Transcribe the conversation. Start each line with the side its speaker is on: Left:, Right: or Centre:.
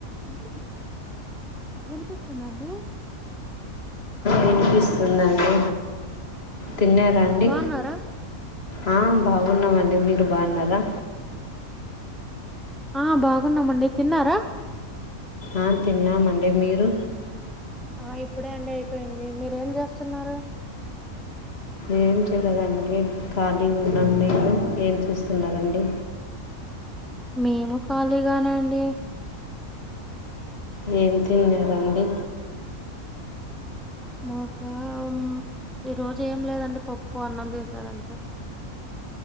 Centre: Hello వినిపిస్తుందండి.
Left: వినిపిస్తుందండి తిన్యారాండి.
Centre: బాగున్నారా
Left: ఆ బాగున్నామండి మీరు బాన్నారా
Centre: ఆ బాగున్నామండి తిన్నారా.
Left: ఆ తిన్నామండి మీరు
Centre: ఆ ఇప్పుడే అండి అయిపెంది మీరేంజేస్తున్నారు.
Left: ఏం చేయలేదండి కలిగున్నం మీరు ఏం చేస్తున్నారండి.
Centre: మేము కళీగానే అండి.
Left: ఏం తిన్నారండి
Centre: మాకా ఉమ్మ్ ఈరోజు ఏం లేదండి పప్పు అన్నం చేసారు అంతే